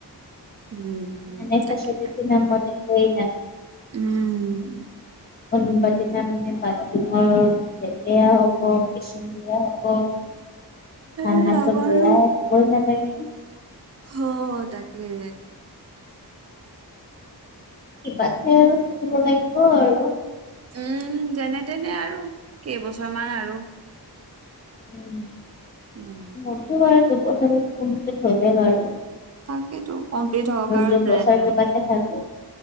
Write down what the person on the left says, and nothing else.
মানে ফেচিলেটি
নামত একোই।
কোনোবা দিনা মানে বাথৰুমৰ লেতেৰা হ'ব কিচ্চেন বেয়া হ'ব। ঠাণ্ডাটো
বেয়ায়েই ক'বই নালগে।
কিবাকে আৰু থাকিব লাগিব আৰু
উম
মোৰতো বাৰু দুবছৰ কমপ্লিট হলে বাৰু
দুবছৰ
কেইবাকে থাকো।